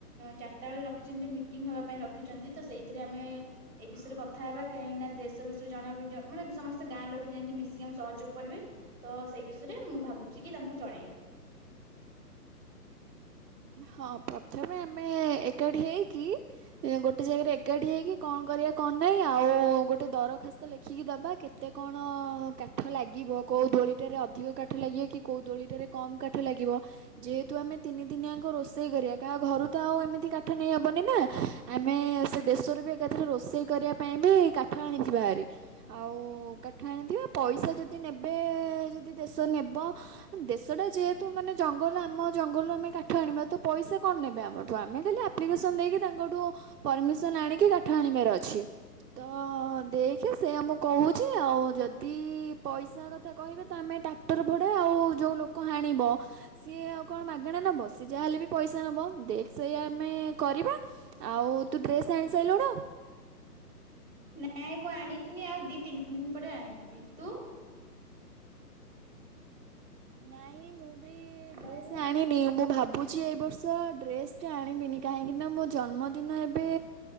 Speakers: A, on the right; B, on the right.
A: ଚାରିଟା ବେଳେ ରଖିଛନ୍ତି ଯୋଉ ମିଟିଂ ହବା ପାଇଁ ରଖିଛନ୍ତି ତ ସେଇଥିରେ ଆମେ ଏ ବିଷୟରେ କଥା ହେବା କାହିଁକି ନା ଦେଶ ବିଷୟରେ ଜଣା ମାନେ ସମସ୍ତେ ଗାଁ ଲୋକ ଯେମିତି ମିଶିକି ଆମେ ସହଯୋଗ କରିବେ ତ ସେଇ ବିଷୟରେ ମୁଁ ଭାବୁଛି କି ତାଙ୍କୁ ଜଣେଇବା।
B: ହଁ ପ୍ର ଥାପି ଆମେ ଏକାଠି ହେଇକି ଗୋଟେ ଜାଗାରେ ଏକାଠି ହେଇକି କଣ କରିଆ ନାଇଁ ଆଉ ଗୋଟେ ଦରଖାସ୍ତ ଲେଖିକି ଦବା। କେତେ କଣ କାଠ ଲାଗିବ କୋଉ ଦୋଳିଟାରେ ଅଧିକ କାଠ ଲାଗିବ କି କୋଉ ଦୋଳିଟାରେ କମ୍ କାଠ ଲାଗିବ ଯେହେତୁ ଆମେ ତିନିଦିନ ଆଙ୍କ ରୋଷେଇ କରିଆ କାହା ଘରୁ ତ ଆଉ ଏମିତି କାଠ ନେଇହବନି ନା ଆମେ ସେ ଦେଶରୁ ବି ଏକାଥରେ ରୋଷେଇ କରିଆ ପାଇଁ ବି କାଠ ଆଣିଥିବା ଭାରି। ଆଉ କାଠ ଆଣିଥିବା ପଇସା ଯଦି ନେବେ ଯଦି ଦେଶ ନେବ ଦେଶ ଟା ଯେହେତୁ ମାନେ ଜଙ୍ଗଲ ଆମ ଜଙ୍ଗଲରୁ ଆମେ କା ଠ ଆଣିବା ତ ପଇସା କଣ ନେବେ ଆମଠୁ ଆମେ ଖାଲି ଆପ୍ଲିକେସନ ଦେଇକି ତାଙ୍କଠୁ ପରମିଶନ୍ ଆଣିକି କାଠ ଆଣିବାର ଅଛି ତ ଦେଖେ ସେଇଆ ମୁଁ କହୁଛି ଆଉ ଯଦି ପଇସା କଥା କହିବେ ତ ଆମେ ଟ୍ରାକ୍ଟର ଭଡା ଆଉ ଯୋଉ ଲୋକ ହାଣିବ ସିଏ ଆଉ କଣ ମାଗେଣା ନେବ ଯାହା ହେଲେ ବି ପଇସା ନେବ ଦେ ସେଇଆ ଆମେ କରିବା ଆଉ ତୁ ଡ୍ରେସ୍ ଆଣି ସାଇଲୁଣୁ?
A: ନାଇଁ ମୁଁ ଆଣିନି ଆଉ ଦି ତିନି ଦିନ ପରେ ଆଣିବି ତୁ
B: ନାଇଁ ମୁଁ ମୁ
A: ହଁ
B: ଡ୍ରେସ ଆଣିନି ମୁଁ ଭାବୁ ଭାବୁଛି ଏ ବର୍ଷ ଡ୍ରେସ୍ଟେ ଆଣିବିନି କାହିଁକିନା ମୋ ଜନ୍ମଦିନ ଏବେ